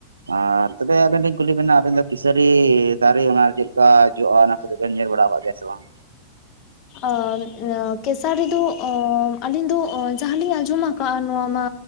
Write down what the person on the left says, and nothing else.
ᱚᱸ ᱠᱮᱥᱟᱨᱤᱫᱚ ᱚᱸ ᱟᱹᱞᱤᱧ ᱫᱚ ᱚᱸ ᱡᱟᱦᱟᱸᱞᱤᱧ ᱟᱸᱡᱚᱢᱟᱼᱼ ᱼᱠᱟᱜᱼᱟ ᱱᱚᱣᱟ ᱢᱟ